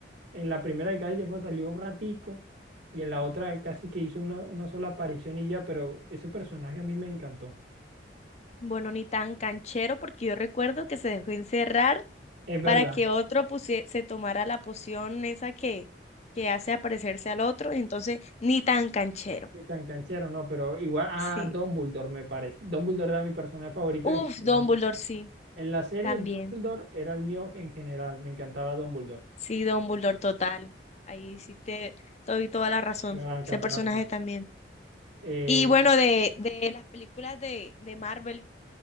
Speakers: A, on the right (about 70°); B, on the left (about 35°).
A: En la primera de Cali que fue salió un ratico y en la otra casi que hizo una, una sola aparición y ya, pero ese personaje a mí me encantó.
B: Bueno, ni tan canchero, porque yo recuerdo que se dejó encerrar
A: Es verdad,
B: para que otro pusie- se tomara la poción esa que, que hace aparecerse al otro, y entonces ni tan canchero.
A: que tan canchero, no, pero igual, ah,
B: Sí.
A: Dumbledore me parece. Dumbledore era mi personaje favorito
B: Uf,
A: en general.
B: Dumbledore, sí,
A: En la serie,
B: también.
A: Dumbledore era el mío en general, me encantaba Dumbledore.
B: Sí, Dumbledore, total. Ahí sí te doy toda la razón.
A: Me bancas,
B: Ese
A: me
B: personaje
A: bancas.
B: también.
A: Eh,
B: Y bueno, de, de las películas de, de Marvel.